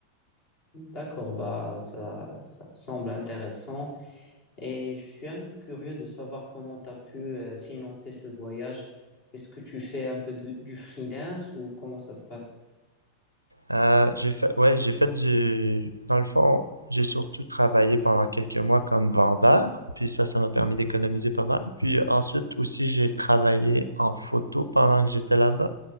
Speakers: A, on the left; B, on the right.
A: D'accord, bah ça, ça semble intéressant. Et je suis un peu curieux de savoir comment tu as pu euh, financer ce voyage. Est-ce que tu fais un peu de- du freelance ou comment ça se passe?
B: Euh, j'ai fait, ouais, j'ai fait du, dans le fond, j'ai surtout travaillé pendant quelques mois comme vendeur, puis ça, ça m'a permis d'économiser pas mal. Puis euh, ensuite aussi, j'ai travaillé en photo pendant que j'étais là-bas.